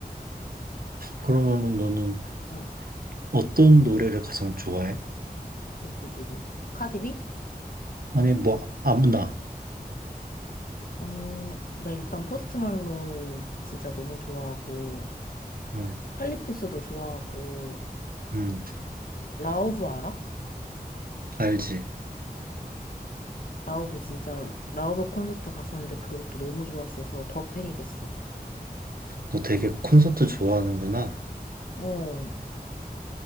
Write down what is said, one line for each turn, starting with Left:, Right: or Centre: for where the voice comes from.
Right: 그러면은 너는
Left: 어,
Right: 어떤 노래를 가장 좋아해?
Left: 누구 누구? 카디비?
Right: 아니, 뭐, 아무나.
Left: 어, 나 일단 포스트 말론 진짜 너무 좋아하고
Right: 음,
Left: 칼리푸스도 좋아하고
Right: 음,
Left: 라우브 알아?
Right: 알지.
Left: 라우브 진짜 라우브 콘서트 갔었는데 그것도 너무 좋았어서 더 팬이 됐어.
Right: 너 되게 콘서트 좋아하는구나.
Left: 어,